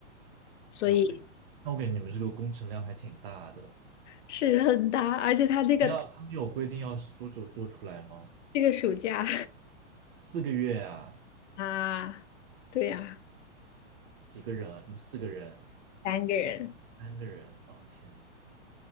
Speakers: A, on the left; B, on the right.
A: 所以
B: 那我感觉，那我感觉你们这个工程量还挺大的。
A: 是很大，而且他那个
B: 没有，他们有规定要是多久做出来吗？
A: 这个暑假
B: 四个月啊？
A: <laughs> 啊，对呀、
B: 几个人啊？你们四个人？
A: 三个人。
B: 三个人？哦，天呐，